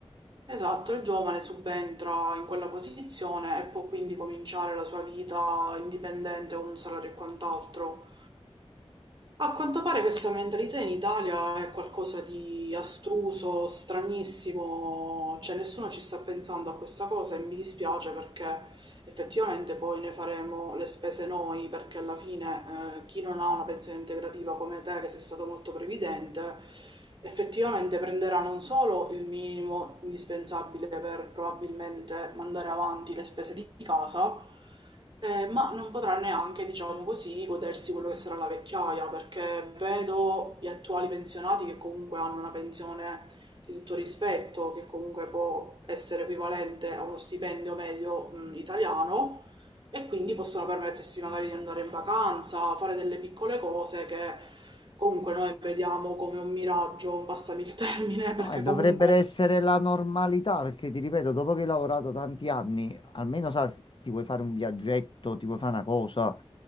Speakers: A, on the right; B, on the left.
A: Esatto, il giovane subentra in quella posizione e può quindi cominciare la sua vita indipendente con un salario e quant'altro. A quanto pare questa mentalità in Italia è qualcosa di astruso, stranissimo, cioè nessuno ci sta pensando a questa cosa e mi dispiace perché effettivamente poi ne faremo le spese noi, perché alla fine eh, chi non ha una pensione integrativa come te, che sei stato molto previdente, effettivamente prenderà non solo il minimo indispensabile per probabilmente mandare avanti le spese di casa, eh, ma non potrà neanche, diciamo così, godersi quello che sarà la vecchiaia, perché vedo gli attuali pensionati che comunque hanno una pensione di tutto rispetto, che comunque può essere equivalente a uno stipendio medio, mh, italiano, e quindi possono permettersi magari di andare in vacanza, fare delle piccole cose che comunque noi vediamo come un miraggio, passami il termine, <laughs> perché
B: Ah, dovrebbero
A: comunque...
B: essere la normalità, perché ti ripeto, dopo che hai lavorato tanti anni, almeno sa, ti vuoi fare un viaggetto, ti vuoi fare una cosa.